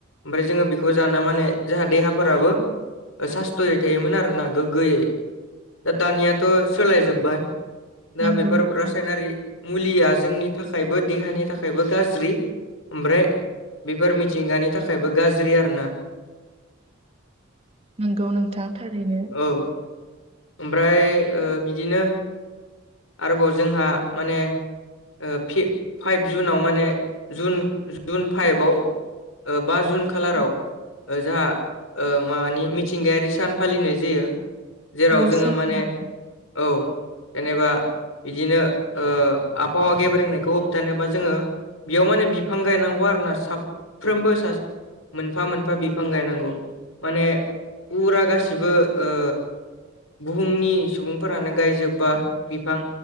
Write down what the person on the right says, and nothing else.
नंगौ
नोंथां
नोंगौ नोंथां थारैनो।
औ
औ
सैथो
नोंथां